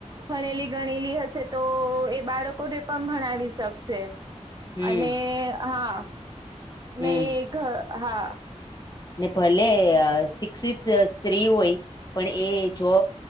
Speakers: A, on the right (about 35°); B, on the left (about 35°).
A: ભણેલી ગણેલી હશે તો એ બાળકોને પણ ભણાવી શક સે
B: હમ
A: અને હા
B: હમ
A: ને ઘર હા
B: ને ભલે શિક્ષિત સ્ત્રી હોય પણ એ જો